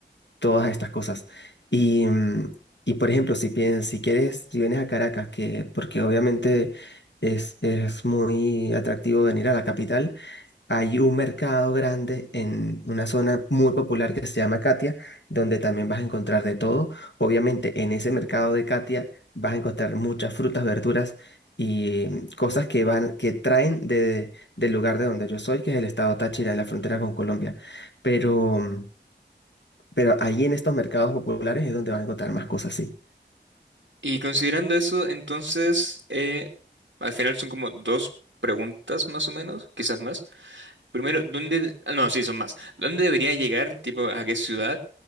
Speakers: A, on the left (about 70°); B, on the right (about 80°).
A: todas estas cosas. Y, mm, y por ejemplo, si piensas, si quieres, si vienes a Caracas, que, porque obviamente es, es muy atractivo venir a la capital, hay un mercado grande en una zona muy popular que se llama Catia, donde también vas a encontrar de todo. Obviamente, en ese mercado de Catia vas a encontrar muchas frutas, verduras y mm, cosas que van, que traen de, del lugar de donde yo soy, que es el estado Táchira, en la frontera con Colombia. Pero mm, pero allí en estos mercados populares es donde vas a encontrar más cosas así.
B: Y considerando eso, entonces, eh, al final son como dos preguntas más o menos, quizás más. Primero, ¿dónde? ah, no, sí, son más. ¿Dónde debería llegar? Tipo, ¿a qué ciudad?